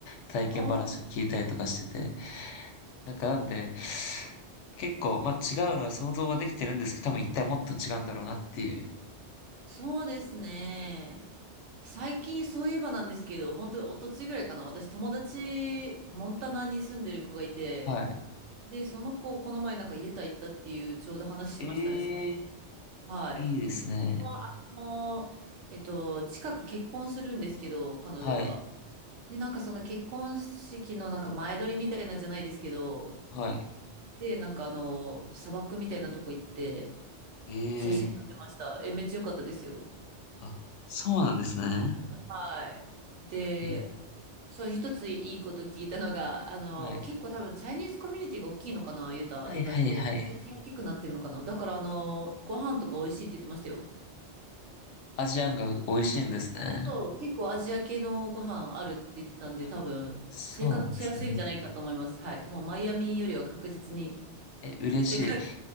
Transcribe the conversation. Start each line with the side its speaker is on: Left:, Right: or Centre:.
Left: 体験話を聞いたりとかしてて、
Right: お、
Left: なんかなんで、結構、まあ違うのは想像はできてるんですけど、多分一体もっと違うんだろうなっていう。
Right: そうですね。最近そういえばなんですけど、本当に一昨日ぐらいかな。私、友達、モンタナに住んでる子がいて、
Left: はい。
Right: で、その子、この前なんかユタ行ったっていう、ちょうど話しましたね。
Left: ええ
Right: はい。
Left: いいですね。
Right: で、その子は、あの、えっと、近く結婚するんですけど、彼女が。
Left: はい。
Right: で、なんかその結婚式のなんか前撮りみたいなんじゃないですけど、
Left: はい。
Right: で、なんかあの、砂漠みたいなとこ行って、
Left: ええ
Right: 写真撮ってました。え、めっちゃ良かったですよ。
Left: あ、そうなんですね。
Right: はい。で、
Left: え
Right: そう、一ついいこと聞いたのが、あの、
Left: はい。
Right: 結構多分チャイニーズコミュニティが大きいのかな、ユタ、
Left: はいはいはい。
Right: 意外と。最近大きくなってんのかな。だからあの、ご飯とか美味しいって言ってましたよ。
Left: アジアンが美味しいんですね。
Right: そう、結構アジア系のご飯あるって言ってたんで、
Left: あ、
Right: 多分生活しやすいんじゃないかと思います。
Left: そうなんですね。
Right: はい。もうマイアミよりは確実に
Left: え、嬉しい。
Right: 生活いい